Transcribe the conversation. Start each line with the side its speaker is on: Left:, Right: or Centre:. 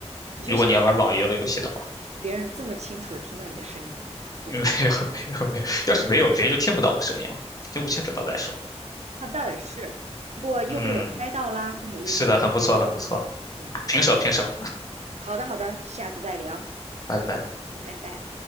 Right: 你就想让
Left: 如果你要玩网游类游戏的话，
Right: 别人这么清楚的听到你的声音，
Left: <laughs>
Right: 好专业。
Left: 没有没有没有，要是没有，别人就听不到我声音了，听不清楚到再说。
Right: 那倒也是，不过又被我猜到啦，
Left: 嗯，
Right: 不好意思。
Left: 是的，很不错，很不错，
Right: 嗯，
Left: 平手平手，
Right: 好的好的，下次再聊。
Left: 拜拜。
Right: 嗯，拜拜。